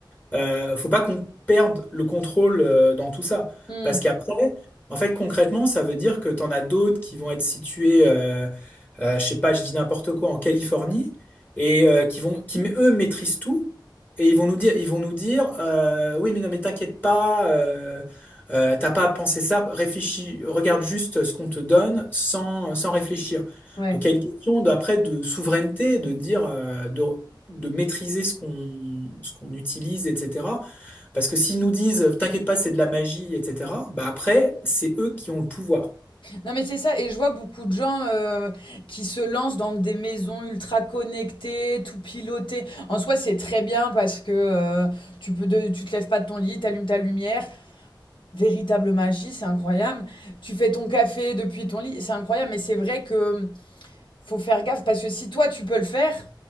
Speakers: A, on the left; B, on the left.
A: Euh, faut pas qu'on perde le contrôle euh, dans tout ça.
B: Hmm,
A: Parce qu'après, en fait, concrètement, ça veut dire que tu en as d'autres qui vont être situés, euh, euh, je sais pas, je dis n'importe quoi, en Californie, et euh, qui vont, qui eux maîtrisent tout, et ils vont nous dire, ils vont nous dire, euh, oui, mais non, mais t'inquiète pas, euh, euh, t'as pas à penser ça, réfléchis, regarde juste ce qu'on te donne sans, sans réfléchir.
B: ouais.
A: Donc il y a une question d'après de souveraineté, de dire, euh, de de maîtriser ce qu'on ce qu'on utilise, etc. Parce que s'ils nous disent, t'inquiète pas, c'est de la magie, etc., bah après, c'est eux qui ont le pouvoir.
B: Non mais c'est ça, et je vois beaucoup de gens euh, qui se lancent dans des maisons ultra connectées, tout pilotées. En soi, c'est très bien parce que euh, tu peux de- tu te lèves pas de ton lit, t'allumes ta lumière. Véritable magie, c'est incroyable. Tu fais ton café depuis ton lit, c'est incroyable. Mais c'est vrai que euh, faut faire gaffe parce que si toi tu peux le faire,